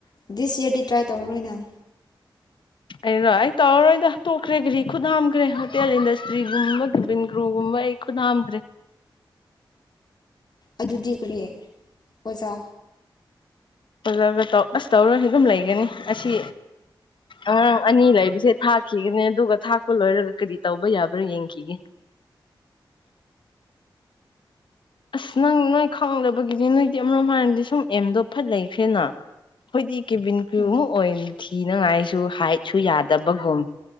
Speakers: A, on the left (about 55°); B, on the left (about 75°).
A: ꯗꯤꯁ ꯏꯌꯥꯔꯗꯤ ꯇ꯭ꯔꯥꯏ ꯇꯧꯔꯔꯣꯏ ꯅꯪ
B: ꯑꯩꯔꯣ ꯑꯩ ꯇꯧꯔꯔꯣꯏꯗ ꯇꯣꯛꯈ꯭ꯔꯦ ꯈ꯭ꯔꯤ ꯈꯨꯠ ꯍꯥꯝꯈ꯭ꯔꯦ ꯍꯣꯇꯦꯜ ꯏꯟꯗꯁꯇ꯭ꯔꯤꯒꯨꯝꯕ ꯚꯟ ꯒ꯭ꯔꯨꯒꯨꯝꯕ ꯑꯩ ꯈꯨꯅꯥꯝꯈꯦ
A: ꯑꯗꯨꯗꯤ ꯀꯔꯤ ꯑꯣꯖꯥ
B: ꯑꯣꯖꯥꯗ ꯑꯁ ꯇꯧꯔꯁꯨ ꯑꯗꯨꯝ ꯂꯩꯒꯅꯤ ꯑꯁꯤ ꯑꯉꯥꯡ ꯑꯅꯤ ꯂꯩꯕꯁꯦ ꯊꯥꯛꯈꯤꯒꯅꯦ ꯑꯗꯨꯒ ꯊꯥꯛꯄ ꯂꯣꯏꯔꯒ ꯀꯔꯤ ꯇꯧꯕ ꯌꯥꯕ꯭ꯔꯥ ꯌꯦꯡꯈꯤꯒꯦ ꯑꯁ ꯅꯪ ꯅꯣꯏ ꯈꯪꯂꯕꯒꯤꯗꯤ ꯅꯣꯏꯗꯤ ꯑꯃꯔꯣꯝ ꯍꯥꯏꯔꯝꯗꯤ ꯁꯨꯝ ꯑꯦꯝꯗꯣ ꯐꯥꯠ ꯂꯩꯈ꯭ꯔꯦꯅ ꯑꯈꫭꯏꯗꯤ ꯀꯦꯕꯤꯟ ꯀꯔꯤꯌꯨ
A: ꯎꯝ
B: ꯑꯃꯨꯛ ꯑꯣꯏꯅ ꯊꯤꯅꯉꯥꯏꯁꯨ ꯍꯥꯏꯠꯁꯨ ꯌꯥꯗꯕꯒꯨꯝ